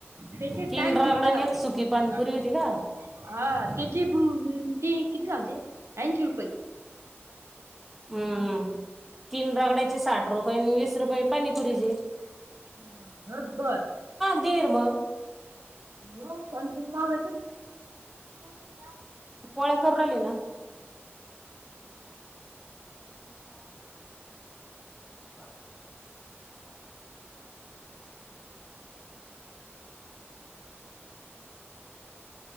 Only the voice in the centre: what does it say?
तीन
रगडा
आणि
एक सुकी पाणीपुरी
होती का
हम्म तीन रागड्याचे साठ रुपये वीस रुपये पाणीपुरीचे
<unintelligible>
पोळ्या करून राहीली ना हा <inaudible>